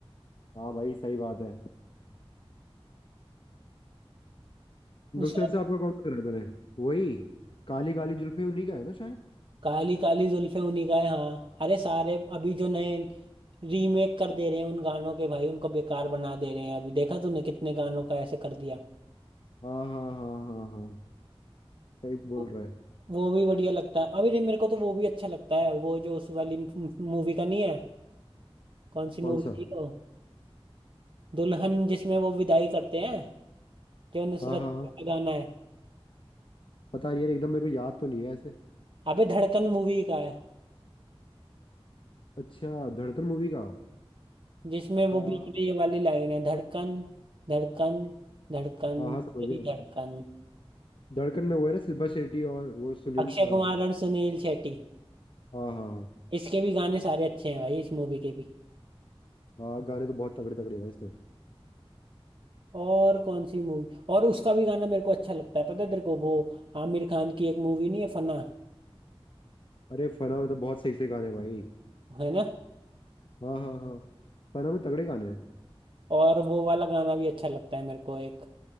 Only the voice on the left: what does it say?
हाँ भाई सही बात है
नुसरत से आपका कौन सा मैंने वही काली काली जुल्फे उन्हीं का है ना शायद
हाँ हाँ हाँ हाँ हाँ सही बोल
रहा है
कौन
सा
हाँ हाँ हाँ
पता नहीं यार एकदम मेरे को याद तो नहीं है ऐसे
अच्छा धड़कन मूवी का
आ,
हाँ हाँ
समझ गया
धड़कन में वो है ना सिल्वर शेट्टी और वो सुनील
आ,
हाँ हाँ हाँ
हाँ गाने तो बहुत तगड़े तगड़े हैं भाई इसमें
अरे फना में तो बहुत सही सही गाने हैं भाई
हाँ हाँ हाँ फना में तगड़े गाने हैं